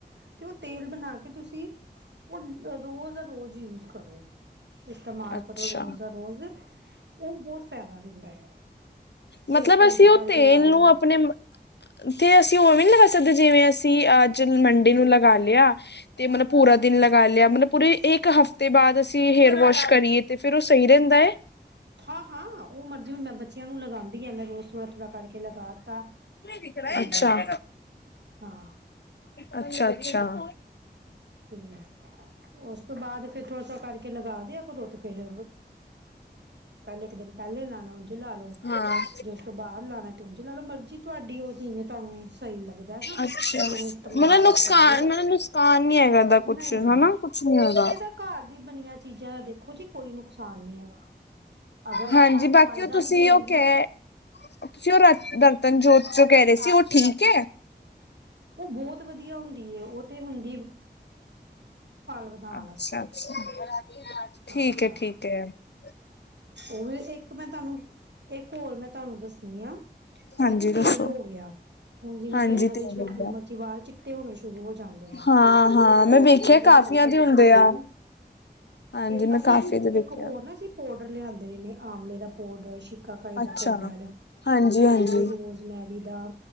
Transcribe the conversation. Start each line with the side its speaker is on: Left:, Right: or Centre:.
Right: ਤੇ ਉਹ ਤੇਲ ਬਣਾ ਕੇ ਤੁਸੀਂ ਉਹ ਰੋਜ਼ ਦਾ ਰੋਜ਼ ਯੂਜ ਕਰੋ, ਇਸਤੇਮਾਲ
Left: ਅੱਛਾ
Right: ਕਰੋ ਰੋਜ਼ ਦਾ ਰੋਜ਼ । ਉਹ ਬਹੁਤ ਫਾਇਦਾ ਦਿੰਦਾ ਹੈ। ਸਿਰ
Left: ਮਤਲਬ
Right: ਧੋਣ
Left: ਅਸੀਂ
Right: ਤੋਂ ਪਹਿਲੇ
Left: ਉਹ ਤੇਲ
Right: ਲਾ ਲੋ।
Left: ਨੂੰ ਆਪਣੇ ਤੇ ਅਸੀਂ ਉਹ ਵੀ ਲਗਾ । ਜਿਵੇਂ ਅਸੀਂ ਅੱਜ ਮੰਡੇ ਨੂੰ ਲਗਾ ਲਿਆ ਤੇ ਮਤਲਬ ਪੂਰਾ ਦਿਨ ਲਗਾ ਲਿਆ । ਮਤਲਬ ਪੂਰੇ ਇੱਕ ਹਫ਼ਤੇ ਬਾਅਦ ਅਸੀਂ ਹੇਅਰ ਵਾਸ਼ ਕਰੀਏ ਤੇ ਫਿਰ ਉਹ ਸਹੀ ਰਹਿੰਦਾ ਹੈ।
Right: ਹਾਂ ਹਾਂ ਉਹ ਮਰ ਹੁਣ ਮੈਂ ਬੱਚਿਆਂ ਨੂੰ ਲਗਾਉਂਦੀ ਹਾਂ ਮੈਂ ਰੋਜ਼ ਥੋੜਾ ਥੋੜ੍ਹਾ ਕਰਕੇ ਲਗਾਤਾ
Left: ਅੱਛਾ
Right: ਤੇ ਹਾਂ।
Left: ਅੱਛਾ ਅੱਛਾ ।
Right: ਤੇ ਉਸ ਤੋਂ ਬਾਅਦ ਫੇਰ ਥੋੜਾ ਥੋ ਕਰਕੇ ਲਗਾ <inaudible> ਧੌਣ ਤੋ ਪਹਿਲੇ ਇੱਕ ਦਿਨ ਪਹਿਲੇ ਲਾਣਾ ਉਂਝੀ ਲਾ ਲਓ
Left: ਹਾਂ
Right: ਜੇ ਉਸ ਤੋਂ ਬਾਅਦ ਲਾਣਾ ਤੇ ਉਂਝੀ ਲਾ ਲਓ ਮਰਜ਼ੀ ਤੁਹਾਡੀ ਉਹ ਜਿਵੇਂ ਤੁਹਾਨੂੰ ਸਹੀ ਲੱਗਦਾ ਹੈ ਨਾ
Left: ਅੱਛਾ
Right: ਤੁਸੀਂ ਉਵੇਂ ਇਸਤੇਮਾਲ
Left: ਮਤਲਬ ਨੁਕਸਾਨ
Right: ਕਰ ਸਕਦੇ ਹੋ।
Left: ਮਤਲਬ ਨੁਕਸਾਨ ਨੀ ਹੈਗਾ ਇਹਦਾ ਕੁਛ
Right: ਨਹੀਂ ਨਹੀਂ
Left: ਹਨਾ ਕੁਛ ਨੀ ਹੈਗਾ
Right: ਇਹ ਤਾਂ ਘਰ ਦੀ ਬਣੀਆਂ। ਚੀਜ਼ਾਂ ਦਾ ਦੇਖੋ ਜੀ ਕੋਈ ਨੁਕਸਾਨ ਨੀ ਹੈਗਾ। ਅਗਰ ਇਹ
Left: ਹਾਂਜੀ
Right: ਸਾਨੂੰ
Left: ਬਾਕੀ
Right: ਫਾਇਦਾ
Left: ਉਹ ਤੁਸੀਂ
Right: ਨਹੀਂ ਦੇਣਗੀਆਂ
Left: ਉਹ ਕਹਿ ਤੁਸੀਂ ਉਹ ਰਤ ਬਰਤਨ ਜੋਤ । ਜੋ ਕਹਿ ਰਹੇ ਸੀ ਉਹ ਠੀਕ ਹੈ।
Right: ਉਹ ਬਹੁਤ ਵਧੀਆ ਹੁੰਦੀ ਹੈ ਉਹ ਤੇ ਹੁੰਦਾ । ਵਧਾਉਣ
Left: ਅੱਛਾ
Right: ਵਾਸਤੇ
Left: ਅੱਛਾ ਠੀਕ
Right: ਹਾਂ ਹਾਂ
Left: ਹੈ ਠੀਕ ਹੈ ।
Right: ਉਹ ਵੀ ਇੱਕ ਮੈਂ ਤੁਹਾਨੂੰ ਇੱਕ ਹੋਰ ਮੈਂ ਤੁਹਾਨੂੰ ਦੱਸ । <inaudible> ਇਹ
Left: ਹਾਂਜੀ
Right: ਤੇ ਤੇਲ
Left: ਦੱਸੋ
Right: ਹੋ ਗਿਆ ਹੁਣ ਜਿਵੇਂ
Left: ਹਾਂਜੀ
Right: ਕਈਆਂ ਦੇ
Left: ਤੇਲ
Right: ਛੋਟੀ
Left: ਦਾ
Right: ਉਮਰ ਚ ਵਾਲ ਚਿੱਟੇ ਹੋਣੇ ਸ਼ੁਰੂ ਹੋ ਜਾਂਦੇ ਨੇ।
Left: ਹਾਂ ਹਾਂ
Right: ਹੋ
Left: ਮੈਂ ਵੇਖਿਆ
Right: ਹੀ ਜਾਂਦੇ
Left: ਕਾਫੀਆਂ
Right: ਨੇ ਅੱਜ ਕੱਲ੍ਹ
Left: ਦੇ ਹੁੰਦੇ
Right: ਤਕਰੀਬਨ
Left: ਆ
Right: ।
Left: ਹਾਂਜੀ
Right: ਤੇ
Left: ਮੈਂ
Right: ਅਸੀਂ
Left: ਕਾਫੀ
Right: ਇੱਕ
Left: ਦੇ
Right: ਇੱਕ
Left: ਵੇਖਿਆ
Right: ਹੋਰ ਨਾ ਜੀ । ਪੋਡਰ ਲਿਆਂਂਦੇ ਰਹੇ ਨੇ ਆਵਲੇ ਦਾ । ਪੋਡਰ ਸ਼ਿ । ਸਿਕਾਕਾਈ ਦਾ
Left: ਅੱਛਾ
Right: ਪਾਊਡਰ
Left: ਹਾਂਜੀ
Right: ਤੇ
Left: ਹਾਂਜੀ
Right: ਐੰਜੀ ਰੋਜ਼ਮੈਰੀ ਦਾ